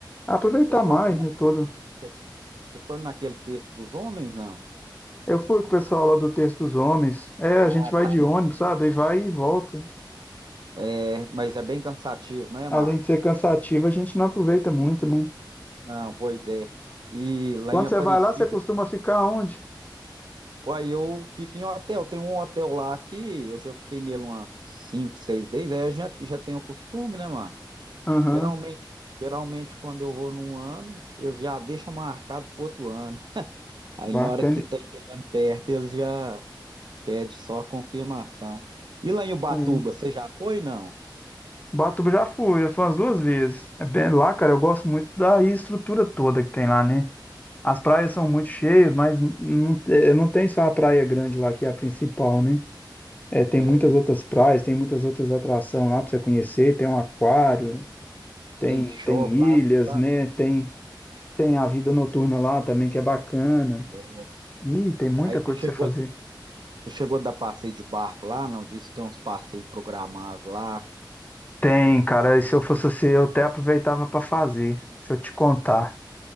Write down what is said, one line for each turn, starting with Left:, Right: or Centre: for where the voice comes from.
Left: aproveitar
Right: Você foi,
Left: mais,
Right: na-
Left: né, todo.
Right: você você foi naquele terço dos homens, não?
Left: Eu fui com o pessoal lá do Texto dos Homens. É,
Right: Ah,
Left: a gente vai
Right: tá.
Left: de ônibus, sabe? E vai e volta.
Right: É, mas é bem cansativo, não é,
Left: Além
Right: Márcio?
Left: de ser cansativo, a gente não aproveita muito, né?
Right: Não, pois é. E lá
Left: Quando
Right: em Aparecida,
Left: você vai lá, você costuma ficar onde?
Right: Uai, eu fico em hotel. Tem um hotel lá que eu já fiquei nele umas cinco, seis vezes. Aí eu já, já tenho o costume, né, Márcio?
Left: Aham,
Right: Geralmente, geralmente quando eu vou num ano, eles já deixam marcado pro outro ano. <laughs> Aí
Left: bacana.
Right: na hora que tá chegando perto, eles já pedem só a confirmação. E lá em Ubatuba,
Left: É.
Right: você já foi, não?
Left: Batuba já fui, já fui umas duas vezes. É bem lá, cara, eu gosto muito da estrutura toda que tem lá, né? As praias são muito cheias, mas não, te- não tem só a praia grande lá, que é a principal, né? É, tem
Right: É,
Left: muitas outras praias, tem muitas outras atrações lá para você conhecer, tem um aquário, tem,
Right: tem shopping
Left: tem ilhas,
Right: lá, você sabe?
Left: né? Tem, tem a vida noturna lá também, que é bacana.
Right: Nossa.
Left: Ih, tem muita
Right: Aí você
Left: coisa
Right: chegou,
Left: para você fazer.
Right: você chegou a dar passeio de barco lá, não? Diz tem uns passeios programáveis lá.
Left: Tem, cara, e se eu fosse você, eu até aproveitava para fazer. Deixa eu te contar.